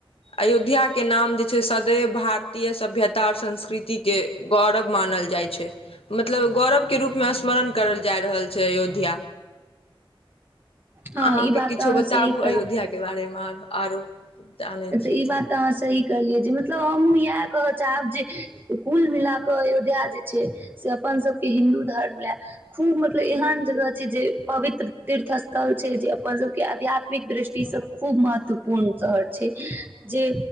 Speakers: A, on the left; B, on the right.
A: अयोध्या के नाम जे छै सदैव भारतीय सभ्यता और संस्कृति के गौरव मानल जाय छै, मतलब गौरव के रूप मे स्मरण करल जाय रहल छै अयोध्या।
B: हँ
A: अहाँ
B: ई
A: के
B: बात
A: किछो
B: तऽ अहाँ
A: बताबू
B: सही कह
A: अयोध्या के बारे मे। <unintelligible> आरो जानै छियै
B: तऽ ई बात ते अहाँ सही कहलिये जे मतलब हमु इहाए कहे चाहब जे कुल मिला क अयोध्या जे छै से अपन सबके हिन्दू धर्म ले खूब मतलब एहन जगह छै, जे पवित्र तीर्थ स्थल छै जे अपन सब के आध्यात्मिक दृष्टि से खूब महत्वपूर्ण शहर छै। जे